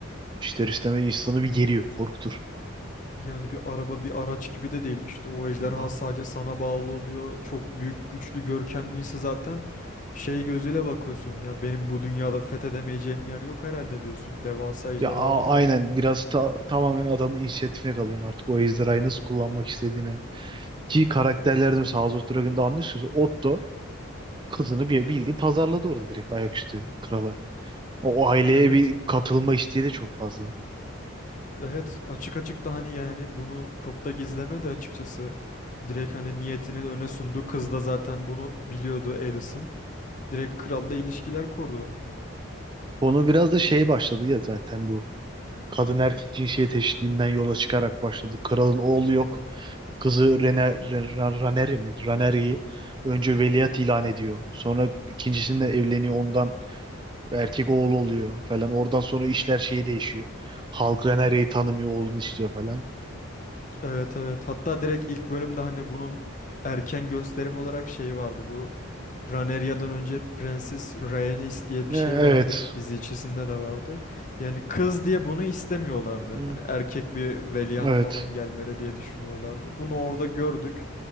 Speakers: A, on the right; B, on the left.
A: İster istemez insanı bir geriyor, korkutur.
B: Yani bir araba bir araç gibi de değil. İşte o ejderha
A: Ya
B: sadece sana bağlı oluyor. Çok büyük, güçlü, görkemliyse zaten şey gözüyle bakıyorsun. Ya benim bu dünyada fethedemeyeceğim yer yok herhalde diyorsun. Devasa ejderhalar
A: ya a- aynen
B: var.
A: biraz ta- tamamen adamın inisiyatifine kalıyorsun artık o ejderhayı nasıl kullanmak istediğine. Ki karakterlerde mesela House of Dragon'da anlıyorsunuz Otto kızını bir bildiğin pazarladı orada direkt ayaküstü krala. O, o aileye
B: Evet.
A: bir katılma isteği de çok fazla.
B: Evet. Açık açık da hani yani bunu çok da gizlemedi açıkçası. Direkt hani niyetini öne sundu. Kız
A: <laughs>
B: da zaten bunu biliyordu Alicent. Direkt kralla ilişkiler kurdu.
A: Konu biraz da şey başladı ya zaten bu. Kadın erkek cinsiyet eşitliğinden yola çıkarak başladı. Kralın oğlu yok. Kızı Rene, Ren- Raneri mi? Raneri'yi önce veliaht ilan ediyor. Sonra ikincisinde evleniyor ondan erkek oğlu oluyor falan. Oradan sonra işler şey değişiyor. Halk Raneri'yi tanımıyor oğlunu istiyor falan.
B: Evet evet. Hatta direkt ilk bölümde hani bunun erken gösterim olarak şey vardı bu. Raneria'dan önce Prenses Rhaenys diye bir
A: E,
B: şey
A: Evet.
B: vardı. Dizi içerisinde de vardı. Yani kız diye bunu istemiyorlardı.
A: Hı,
B: Hani erkek bir veliaht
A: Evet.
B: falan gelmeli diye düşünüyorlardı. Bunu orada gördük.